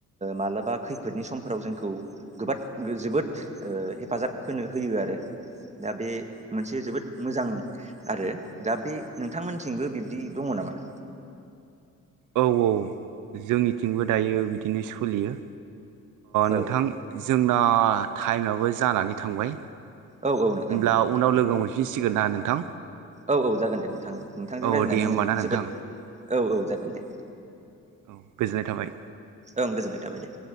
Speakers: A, on the right; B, on the right.
A: मालाबा खैफोदनि समफ्राव जोंखौ गोबाद- जोबोद हेफाजाब होनो होयो आरो। दा बे मोनसे जोबोद मोजां आरो दा बे नोंथांमोनथिंबो बिब्दि दङ नामा?
B: औ औ जोंनिथिंबो दायो बिदिनो सोलियो
A: औ
B: नोंथां जोंना टाइमाबबो जानानै थांबाय
A: औ औ नोंथां
B: होमब्ला
A: नंगौ
B: उनाव लोगो मोनफिनसिगोन ना नोंथां।
A: औ औ जागोन दे नोंथां नोंथांजों
B: औ
A: रायलायनानै
B: दे होमबा ना नोंथां
A: जोबोद औ औ जागोन दे
B: औ गोजोननाय थाबाय
A: ओं गोजोननाय थाबाय दे